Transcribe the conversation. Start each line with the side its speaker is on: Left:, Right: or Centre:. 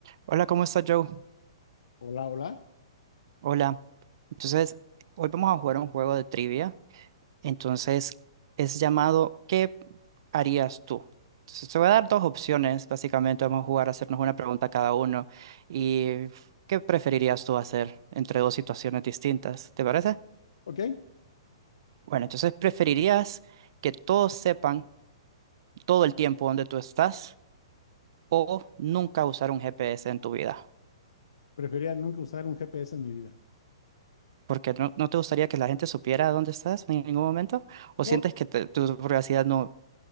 Right: Hola, ¿cómo estás, Joe?
Left: Hola, hola.
Right: Hola. Entonces, hoy vamos a jugar un juego de trivia. Entonces, es llamado ¿Qué harías tú? Entonces, te voy a dar dos opciones, básicamente. Vamos a jugar a hacernos una pregunta cada uno. ¿Y qué preferirías tú hacer entre dos situaciones distintas? ¿Te parece?
Left: Ok,
Right: Bueno, entonces, ¿preferirías que todos sepan todo el tiempo dónde tú estás o nunca usar un GPS en tu vida?
Left: preferiría nunca usar un GPS en mi vida.
Right: Porque no, no te gustaría que la gente supiera dónde estás en ningún momento, o
Left: No,
Right: sientes que te- tu privacidad no